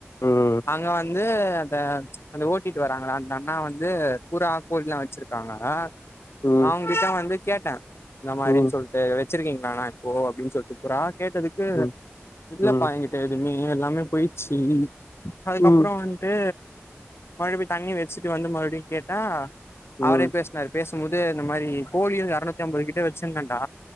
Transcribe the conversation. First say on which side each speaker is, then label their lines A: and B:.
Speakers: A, on the left; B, on the left.
A: உம்
B: அங்க வந்து அந்த ச்சு அந்த ஓட்டிட்டு வராங்கள அந்த அண்ணா வந்து புறா கோழில்லா வச்சிருக்காங்க ஆஹ
A: ம்
B: அவங்க கிட்டா வந்து கேட்டேன் இந்த மாறின்னு
A: ம்
B: சொல்லிட்டு வச்சிருக்கீங்களாண்ணா இப்போ அப்படின்னு சொல்ட்டு புறா கேட்டதுக்கு
A: ம்
B: இல்லப்பா
A: ம்
B: என்கிட்ட எதுவுமே ஏ எல்லாமே போயிச்சு அதுக்கு
A: ம்
B: அப் அப்புறோ வந்துட்டு மறுபடி தண்ணி வச்சு வந்து மறுபடியும் கேட்டா
A: ம்
B: அவரையும்
A: ம்
B: பேசினாரு பேஸ் ங்கு போது இந்த மாறி கோழிகள் அறநூத்தி அம்பது கிட்ட வச்சிருந்தடா